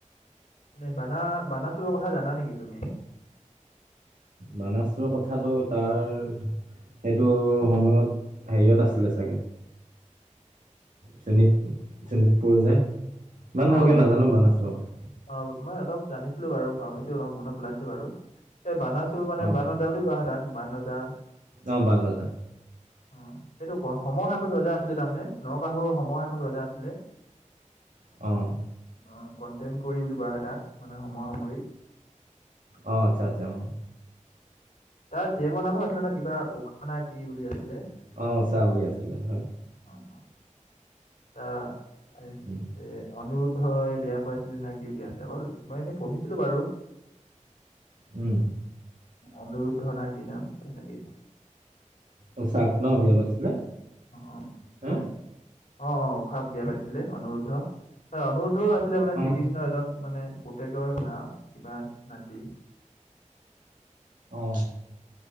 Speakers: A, on the left; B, on the right.
A: নে বানা, বানা চোৰৰ কথা জানা নেকি তুমি?
B: মানাছৰ কথাটো তাৰ সেইটো সময়ত হেৰিয়ত আছিলে চাগে। শোণিত শোণিতপুৰ যে। ইমান ভালকে
A: অ',
B: নাজানো
A: শোণিতপুৰ
B: বানাছৰ কথা
A: অ', মই অলপ জানিছিলো বাৰু পাহৰিছো অলপ মনত পেলাইছোঁ বাৰু। এই বানাচোৰ মানে
B: অ
A: বান ৰজা বুলি কোৱা কোৱা হয় তাক বান ৰজা।
B: অ', বাণৰজা।
A: উ, সেইটো ক সময়সাময়িক ৰজা আছিলে তাৰমানে নৰকাসুৰৰ সময়সাময়িক ৰজা আছিলে।
B: অ'।
A: অ', <unintelligible> বুলি কোৱা হয় তাক, মানে সমসামৰিক।
B: অ', আচ্ছা আচ্ছা, অ'।
A: তাৰ জীয়েকৰ নামো আছিলে ন কিবা <unintelligible> কি বুলি আছিলে।
B: অ', উচা বুলি আছিলে হয়।
A: <unintelligible> অনিৰোদ্ধই
B: উম
A: বিয়া কৰাইছিলে নে কি, বিয়া যে হল, মই এনেই পঢ়িছিলো বাৰু
B: উম।
A: অনুৰদ্ধৰ নে কি নাম তেনেকে
B: <unintelligible> ন বিয়া পাতিছিলে,
A: অ
B: হা।
A: অ অ', অ', উষাক বিয়া পাতিছিলে অনোৰুদ্ধ। হয়, অনোৰুদ্ধই আছিলে মানে
B: অ
A: শ্ৰীকৃষ্ণ এজন মানে পুতেকৰ বা কিবা নাতি
B: অ'।